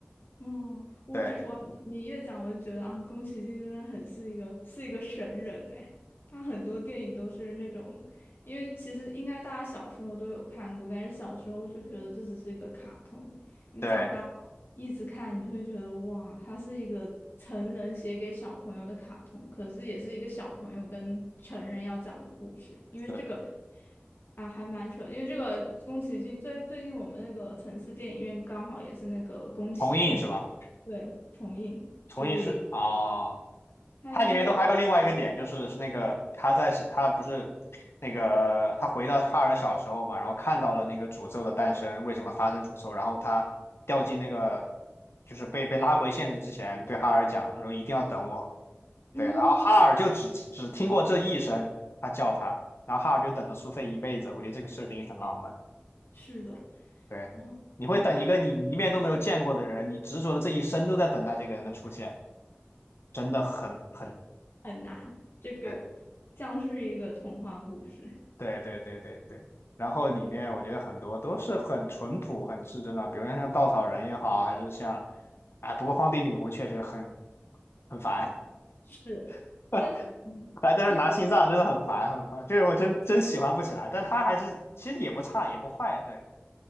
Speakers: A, on the left; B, on the left.
A: 嗯。
B: 对
A: 你越讲，我就觉得啊，宫崎骏真的很是一个是一个神人哎。他很多电影都是那种，因为其实应该大家小时候都有看过，但是小时候就觉得这只是一个卡通，你长大一直看，
B: 对，
A: 你会觉得哇，他是一个成人写给小朋友的卡通，可是也是一个小朋友跟成人要讲的故事，因为这个。
B: 是
A: 啊，还蛮扯的因为这个宫崎骏最最近我们那个城市电影院刚好也是那个宫崎骏
B: 重映是吧？
A: 对重映，
B: 重映是啊。
A: 所以。他应该有，
B: 它里面都还有另外一个点，就是是那个他在他不是那个他回到哈尔小时候嘛，然后看到了那个诅咒的诞生，为什么发生诅咒，然后他掉进那个就是被被拉回现实之前，对哈尔讲，他说一定要等我，
A: 嗯，
B: 对，然后哈尔就只只听过这一声，他叫他，然后哈尔就等了苏菲一辈子，我觉得这个设定很浪漫，
A: 是的，
B: 对，
A: 哦，
B: 你会等一个你一面都没有见过的人，
A: 你这样
B: 你执着的这一生都在等待这个人的出现，真的很很。
A: 很难，这个
B: 对
A: 像是一个童话故事，
B: 对对对对对，然后里面我觉得很多都是很淳朴、很至真的，比如像稻草人也好，还是像，哎，不过荒地女巫确实很很烦，
A: <laughs> 是，
B: <laughs>
A: 但是，嗯但
B: 来在这拿心脏真的很烦很烦，这个我真真喜欢不起来，但他还是其实也不差也不坏，对